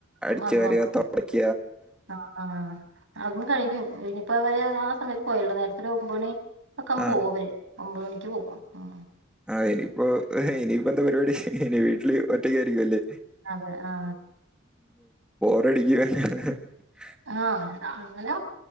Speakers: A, in the centre; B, on the right.
A: അടിച്ചു
B: അത്
A: വാര്ക
B: മാത്രേ ഉള്ളൂ
A: തൊടക്ക
B: ആഹ് ആഹ് അതും കഴിഞ്ഞു ഇനിയിപ്പോ അവര് ആ സമയത്ത് പോയല്ലോ നേരത്തെരു ഒമ്പ മണി ഒക്കെ്പ
A: ആ
B: പോകവര് ഒമ്പത് മണിക്ക് പോവും ആഹ്
A: ആഹ് ഇനിയിപ്പോ ഇനിയിപ്പോ എന്താ പരിപാടി ഇനി വീട്ടില് ഒറ്റക്ക് ആയിരിക്കും അല്ലേ
B: അതെ ആ
A: <unintelligible>
B: ആഹ് അങ്ങനെ